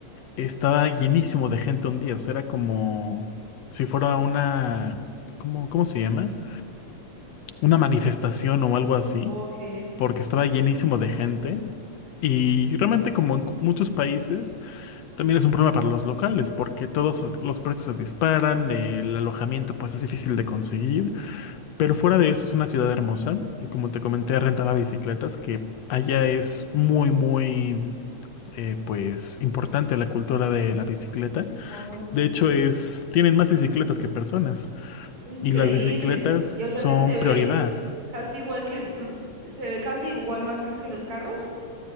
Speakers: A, on the left; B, on the right.
A: Estaba llenísimo de gente un día, o sea, era como si fuera una, ¿cómo, cómo se llama? Una manifestación o algo así,
B: Ok,
A: porque estaba llenísimo de gente. Y realmente como en cu- muchos países, también es un problema para los locales, porque todos los precios se disparan, el alojamiento pues es difícil de conseguir, pero fuera de eso es una ciudad hermosa, como te comenté, rentaba bicicletas, que allá es muy, muy, eh, pues importante la cultura de la bicicleta.
B: wow.
A: De hecho, es, tienen más bicicletas que personas
B: Increíble.
A: y las bicicletas
B: Y, o
A: son
B: sea que se ve
A: prioridad.
B: casi igual que, mm, se ve casi igual más que, que los carros.